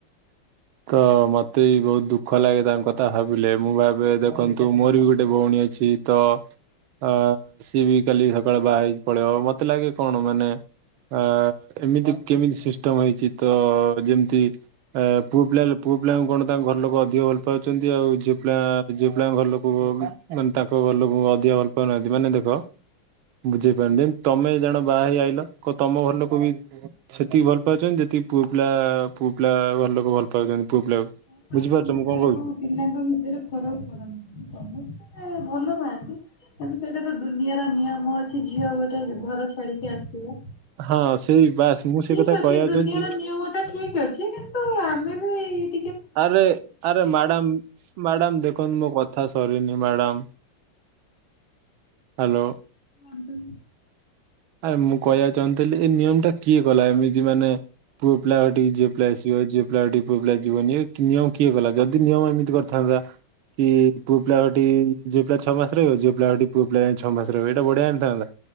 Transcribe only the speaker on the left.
ହଉ ବାପା
ମା
କାହାକୁ
ପିଲାଙ୍କ ଭିତରେ ଫରକ କରନ୍ତି ସମସ୍ତ ଏ ଭଲ ପାଆନ୍ତି। କିନ୍ତୁ ସେଇଟା ତ ଦୁନିଆର ନିୟମ ଅଛି ଝିଅ ଗୋଟେ ଘର ଛାଡ଼ିକି ଆସିବ।
ଠିକ
ଅଛି
ଦୁନିଆର
ନିୟମ ଟା ଠିକ ଅଛି କିନ୍ତୁ ଆମେ ହଇ <unintelligible>
କୁହନ୍ତୁ।